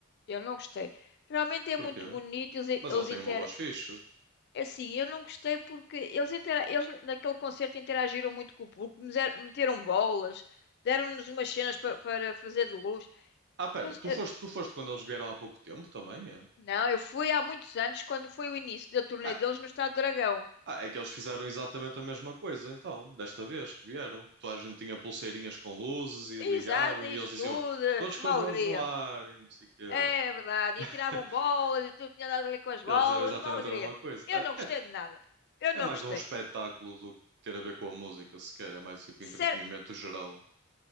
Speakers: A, on the left; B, on the right.
A: Eu não gostei. Realmente é
B: Porquê?
A: muito bonito, eles,
B: Mas
A: eles
B: ele tem
A: inter...
B: uma voz fixe.
A: Assim, eu não gostei porque eles, intera... eles naquele concerto interagiram muito com o público, meser- meteram bolas, deram-nos umas cenas pa- para fazer de luz.
B: Ah, pera,
A: Mas, eh,
B: tu foste, tu foste quando eles vieram há pouco tempo também? É?
A: não, eu fui há muitos anos, quando foi o início da turnê
B: Ah,
A: deles no Estado do Dragão.
B: ah, é que eles fizeram exatamente a mesma coisa, então, desta vez que vieram. Toda a gente tinha pulseirinhas com luzes e
A: Exato,
B: ligavam
A: é
B: e
A: isso
B: eles diziam
A: tudo, é
B: todos
A: uma
B: com os
A: alegria.
B: bronzes no ar e não sei o quê.
A: É verdade,
B: <laughs>
A: e tiravam bolas, e tu tinha andado ali com as bolas,
B: Eles fizeram exatamente
A: é uma alegria.
B: a mesma coisa.
A: Eu
B: Ah,
A: não gostei de nada. Eu
B: É,
A: não
B: é mais
A: gostei.
B: um espetáculo do que ter a ver com a música, sequer. É mais tipo
A: Sério.
B: entretenimento geral.